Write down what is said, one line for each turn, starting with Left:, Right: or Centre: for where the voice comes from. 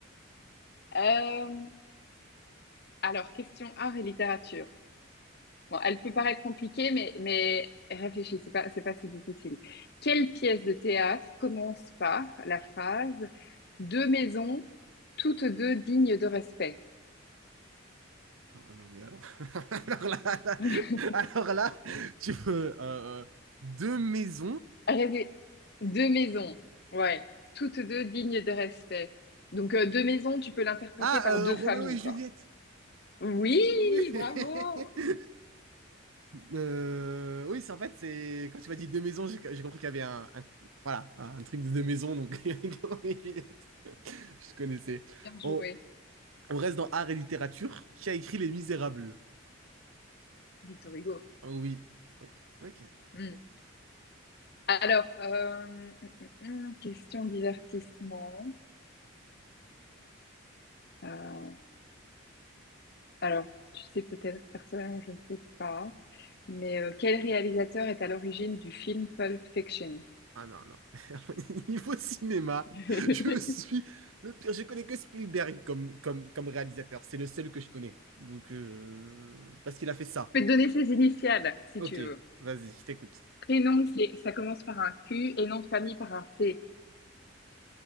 Left: Euh, Alors, question art et littérature. Bon, elle peut paraître compliquée, mais, mais réfléchis, c'est pas, c'est pas si difficile. Quelle pièce de théâtre commence par la phrase Deux maisons, toutes deux dignes de respect?
Right: Ah, Oh non, mais alors, <laughs> alors là, là-
Left: <laughs>
Right: alors là, tu veux euh, euh, deux maisons.
Left: Rêver. Deux maisons, ouais, toutes deux dignes de respect. Donc, euh, deux maisons, tu peux l'interpréter
Right: Ah,
Left: par
Right: euh,
Left: deux
Right: Roméo
Left: familles,
Right: et Juliette.
Left: quoi. Oui,
Right: Oui. <laughs>
Left: bravo,
Right: Euh, oui, c'est en fait, c'est quand tu m'as dit deux maisons, j'ai j'ai compris qu'il y avait un, un- voilà, un truc de deux maisons, donc <laughs> Roméo et Juliette, je connaissais.
Left: bien joué,
Right: On, on reste dans art et littérature. Qui a écrit Les Misérables?
Left: Victor Hugo.
Right: Oh oui. Ok. Ok.
Left: Hmm. Alors, euh, hum, hum, hum, question divertissement. Euh, Alors, tu sais peut-être personnellement, je ne sais pas, mais euh, quel réalisateur est à l'origine du film Pulp Fiction?
Right: Ah non, non. <laughs> Niveau cinéma,
Left: <laughs> Je
Right: je suis le pire. Je connais que Spielberg comme, comme, comme réalisateur. C'est le seul que je connais. Donc, euh, parce qu'il a fait ça.
Left: peux te donner ses initiales, si
Right: Ok,
Left: tu veux.
Right: vas-y, je t'écoute.
Left: Prénom, c'est, ça commence par un Q et nom de famille par un T.